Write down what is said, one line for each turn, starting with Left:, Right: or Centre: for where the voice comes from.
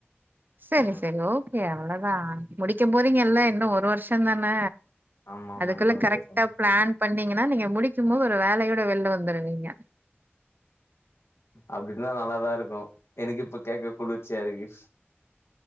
Right: செரி
Left: ம்
Right: செரி ஓகே அவ்ளதா
Left: ம்
Right: முடிக்க போறீங்கள்ல இன்னு ஒரு வர்ஷோந்தான
Left: ஆமா ஆமா
Right: அதுக்குள்ள
Left: இன்னொரு
Right: கரெக்டா
Left: வருஷோ
Right: பிளான் பண்ணீங்கன்னா நீங்க முடிக்கும்போ ஒரு வேலையோட வெள்ல வந்துருவீங்க
Left: அப்டிந்தா நல்லாதாருக்கு எனக்கு இப்ப கேக்க குளிர்ச்சியாருக்கு